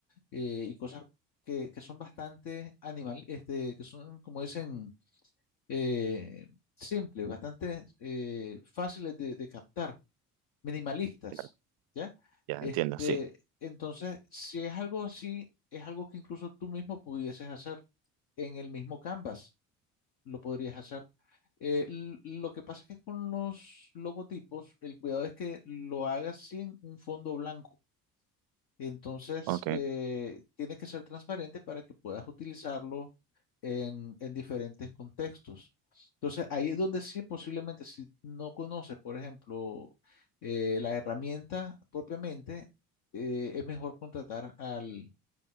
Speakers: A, on the left; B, on the right.
A: eh, y cosas que, que son bastante animal, este, que son, como dicen eh, simples, bastante eh, fáciles de, de captar, minimalistas,
B: Claro,
A: ¿ya?
B: ya
A: Este,
B: entiendo, sí.
A: entonces, si es algo así, es algo que incluso tú mismo pudieses hacer en el mismo Canvas, lo podrías hacer. Eh, l- lo que pasa es que con los logotipos, el cuidado es que lo hagas sin un fondo blanco entonces,
B: Ok,
A: eh, tiene que ser transparente para que puedas utilizarlo en, en diferentes contextos. Entonces, ahí es donde sí, posiblemente, si no conoces, por ejemplo, eh, la herramienta propiamente, eh, es mejor contratar al,